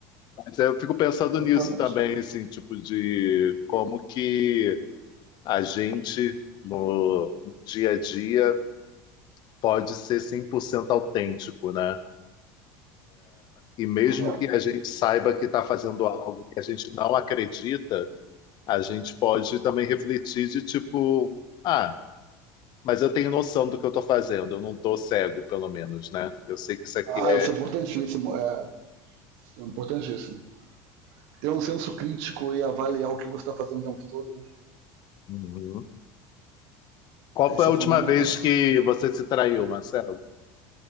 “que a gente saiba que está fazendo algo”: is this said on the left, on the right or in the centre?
Left